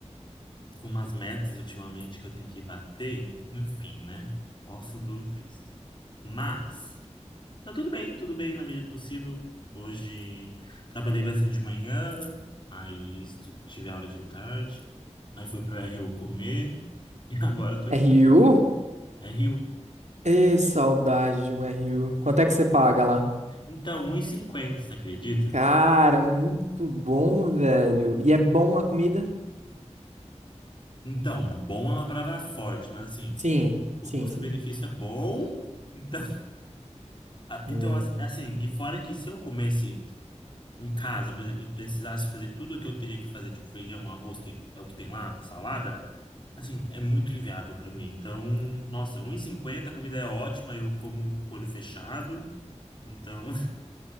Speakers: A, on the left; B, on the right.
A: com umas metas ultimamente que eu tenho que bater. Enfim, né? Posso do ofício. Mas, tá tudo bem, tudo bem na medida do possível. Hoje trabalhei bastante de manhã, aí estu- tive aula de tarde, aí fui pro RU comer <laughs> e agora eu tô em casa.
B: RU?
A: RU.
B: Ei, saudade de um RU. Quanto é que você paga lá?
A: Então, um e cinquenta você acredita?
B: Cara, muito bom, velho. E é bom a comida?
A: Então, bom é uma palavra forte, mas assim,
B: Sim,
A: o
B: sim,
A: custo-benefício
B: sim.
A: é bom. Então, <laughs> a-
B: Hum.
A: então, as- assim, e fora que se eu comesse em casa, por exemplo, eu precisasse fazer tudo o que eu teria que fazer, tipo feijão, arroz, que é o que tem lá, salada, assim, é muito inviável para mim. Então, nossa, um 1,50, a comida é ótima, eu como com o olho fechado. Então,